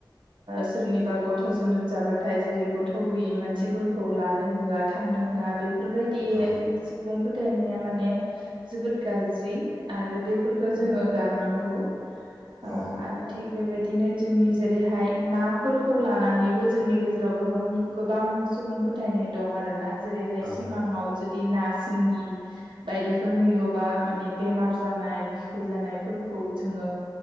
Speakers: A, on the right; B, on the right.
A: सोरनिबा गथ' जोनोम जाबाथाय जेरै गथ' गैयि मानसिफोरखौ लानो होआ थांनो होआ बे बेफोरबायदि
B: औ
A: सुबुं फोथायनाया माने जोबोद गाज्रि। आरो बेफोरफोरखौ जोङो गारनांगौ ओ
B: औ
A: आरो थिग बेबायदिनो जोंनि जेरैहाय नाफोरखौ लानानैबो जोंनि गेजेराव गोबां गोबां सुबुं फोथायनाय दं आरो ना। जेरैहाय
B: औ
A: सिमाङाव जुद दि ना सिंगि बायदिखो नुयोबा माने बेमार जानाय बिखो जानायफोर खौ जोङो